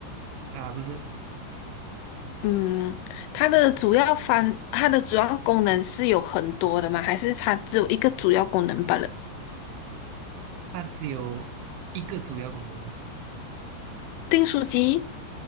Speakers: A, on the right; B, on the left.
A: 啊，不是，
B: 嗯，它的主要翻，它的主要功能是有很多的吗？还是它只有一个主要功能罢了？
A: 它只有一个主要功能吗？
B: 订书机，